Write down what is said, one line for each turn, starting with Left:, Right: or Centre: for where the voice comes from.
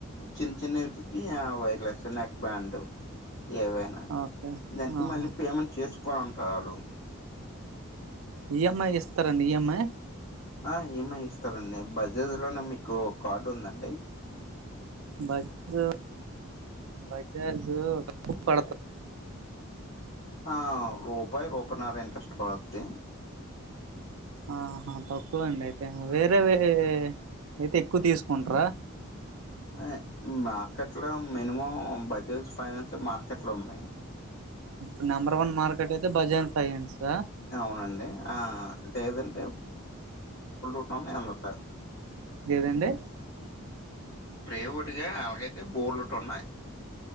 Left: చిన్ చిన్నెట్ వి యా వైర్లెస్ నెక్ బ్యాండ్ ఏవైనా
Right: ఓకే
Left: దనికి
Right: ఆహా
Left: మళ్ళీ పేమెంట్ చేస్ కోంటాడు
Right: ఈఎంఐ ఇస్తరండి ఈఎంఐ
Left: అ ఈఎంఐ ఇస్తరండి బజాజ్ లోన మీకో కార్డు ఉందండి
Right: బజ్జు బజాజు పడత
Left: ఆ రూపాయి రూపాయన్నర ఇంట్రెస్ట్ పడుద్ది
Right: ఆహా తక్కువండి అయితే వేరేవీ అయితే ఎక్కువ్ తీసుకుంట్రా
Left: అయ్ మార్కెట్లో మినిమం బజాజ్ ఫైనాన్స్ మార్కెట్లున్నాయి
Right: ఉ నెంబర్ వన్ మార్కెట్ అయితే బజాన్ ఫైనన్సా
Left: అవునండి ఆ తేదంటే <unintelligible>
Right: ఏదండి
Left: ప్రేవేటుగా అలాగైతే బోలెటున్నాయ్